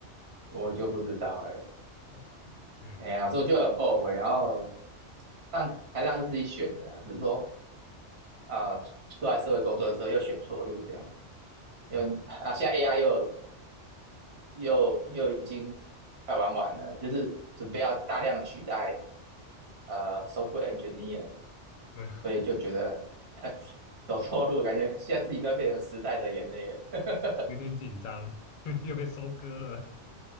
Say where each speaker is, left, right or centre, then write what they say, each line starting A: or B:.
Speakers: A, on the right (about 65°); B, on the left (about 55°).
A: 我就不知道
B: 对嗯，
A: 哎、哎呀，所以我就很后悔，然后但台大是自己选的啦，只是说啊、呃出来社会工作之后又选错路这样。又啊，
B: 哦，
A: 现在 AI 又又又已经快玩完了，就是准备要大量取代呃 software engineer，
B: 嗯，
A: 所以就觉得呵
B: <laughs>
A: 走错路，感觉现在自己快变成时代的眼泪了。<laughs>
B: 有点紧张，<laughs> 又被收割了。